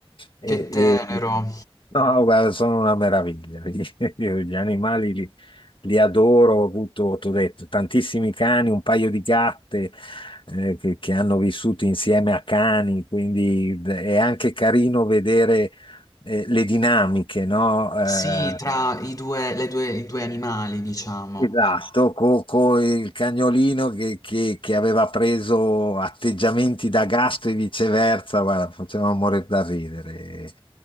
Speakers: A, on the left (about 60°); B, on the left (about 35°).
A: E-
B: Che tenero.
A: e- No, guarda, sono una meraviglia. <laughs> Io Gli animali li, li adoro, ho avuto, ti ho detto, tantissimi cani, un paio di gatte eh, che, che hanno vissuto insieme a cani, quindi d- è anche carino vedere eh, le dinamiche, no? Eh,
B: Sì, tra i due, le due, i due animali, diciamo.
A: Esatto, con il cagnolino che, che- che aveva preso atteggiamenti da gasto e viceversa, guarda, faceva morire da ridere.